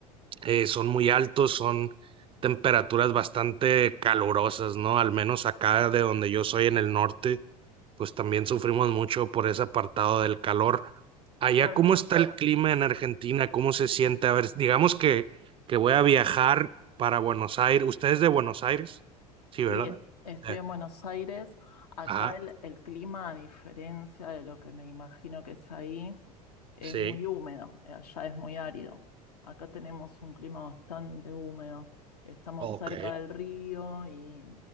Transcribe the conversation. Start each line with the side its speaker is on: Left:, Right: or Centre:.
Right: eh, son muy altos, son temperaturas bastante calurosas, ¿no? Al menos acá de donde yo soy en el norte, pues también sufrimos mucho por ese apartado del calor. Allá,
Left: claro.
Right: ¿cómo está el clima en Argentina? ¿Cómo se siente? A ver, digamos que, que voy a viajar para Buenos Aires. ¿Usted es de Buenos Aires? Sí, ¿verdad?
Left: Sí, e, estoy
Right: Eh,
Left: en Buenos Aires. Acá
Right: ajá,
Left: el, el clima, a diferencia de lo que me imagino que es ahí, es
Right: sí.
Left: muy húmedo. Eh, Allá es muy árido. Acá tenemos un clima bastante húmedo. Estamos
Right: Ok.
Left: cerca del río y